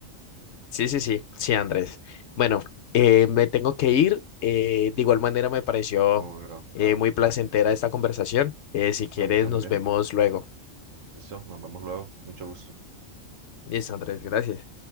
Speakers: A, on the left; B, on the right.
A: Sí, sí, sí, sí, Andrés. Bueno, eh, me tengo que ir. Eh, de igual manera me pareció
B: Uy, bro,
A: eh,
B: va,
A: muy placentera esta conversación. Eh, si quieres,
B: a mí también.
A: nos vemos luego.
B: Listo, nos vemos luego, mucho gusto.
A: Listo, Andrés, gracias.